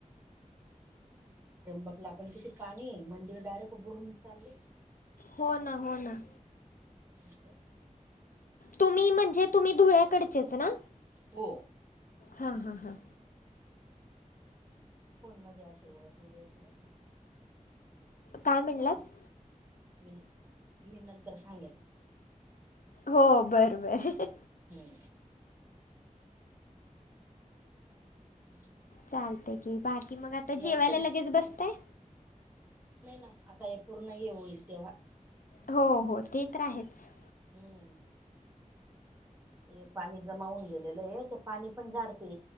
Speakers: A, on the right (about 15°); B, on the left (about 80°).
A: त्र्यंबकला पण किती पाणी हे. मंदिर डायरेक्ट बुडून चालले.
B: हो ना हो ना.
A: <unintelligible>
B: तुम्ही म्हणजे तुम्ही धुळ्याकडचेच ना?
A: हो.
B: हा हा हा.
A: फोन मध्ये अशी ओळख नाही द्यायची ब
B: काय म्हणलात
A: आता मीनी मीनी नंतर सांग
B: हो बर बर.
A: हम्म <unintelligible>
B: चालतय की बाकी मग आता
A: यायचं
B: जेवायला
A: ना
B: लगेच बसता?
A: नाही ना आता हे पूर्ण हे होईल तेव
B: हो हो ते तर आहेच.
A: हम्म. हे पाणी जमावून गेलेलं आहे ते पाणी पण जाडते